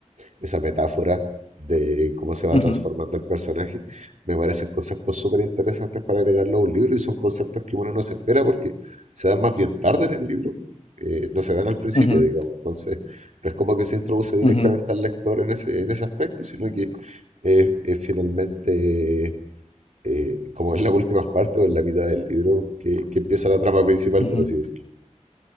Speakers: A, on the right (about 70°); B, on the left (about 55°).
A: esa metáfora de cómo se va
B: ujú,
A: transformando el personaje, me parecen conceptos súper interesantes para agregarlo a un libro y son conceptos que uno no se espera porque se dan más bien tarde en el libro, eh, no se dan al principio,
B: ujú,
A: digamos, entonces no es como que se introduce directamente
B: ujú,
A: al lector en ese, en ese aspecto, sino que eh, es finalmente eh, como en las últimas partes o en la mitad del libro que, que empieza la trama principal,
B: ujú.
A: por así decirlo.